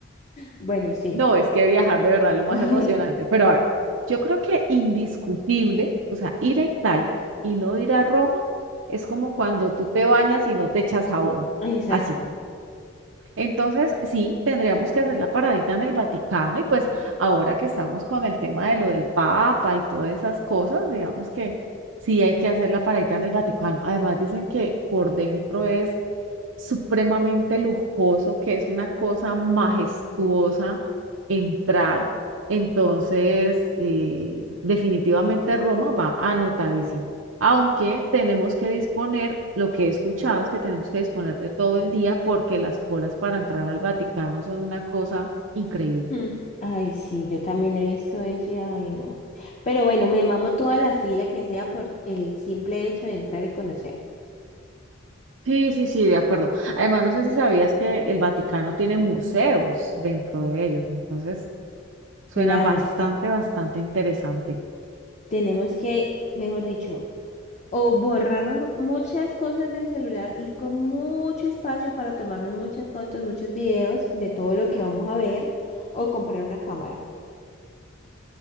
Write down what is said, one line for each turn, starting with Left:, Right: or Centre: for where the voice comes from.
Left: Bueno, sí.
Right: No, es que viajar de verdad es lo más
Left: Ay,
Right: emocionante. Pero a ver, yo creo que indiscutible, o sea, ir a Italia y no ir a Roma es como cuando tú te bañas y no te echas jabón.
Left: exacto.
Right: Así. Entonces, sí, tendríamos que hacer la paradita en el Vaticano y pues ahora que estamos con el tema de lo del Papa y todas esas cosas, digamos que sí hay que hacer la paradita en el Vaticano. Además, dicen que por dentro es supremamente lujoso, que es una cosa majestuosa entrar. Entonces, eh, definitivamente Roma va anotadísimo. Aunque tenemos que disponer, lo que he escuchado es que tenemos que disponer de todo el día porque las colas para entrar al Vaticano son una cosa increíble.
Left: Mm, Ay, sí, yo también he visto eso y ay, no. Pero bueno, me mamo toda la fila que sea por el simple hecho de entrar y conocer.
Right: Sí, sí, sí, de acuerdo. Además, no sé si sabías que el Vaticano tiene museos dentro de ellos, entonces suena
Left: Claro,
Right: bastante, bastante interesante.
Left: tenemos que, mejor dicho, o borrar muchas cosas del celular, ir con mucho espacio para tomarnos muchas fotos, muchos videos de todo lo que vamos a ver, o comprar una cámara.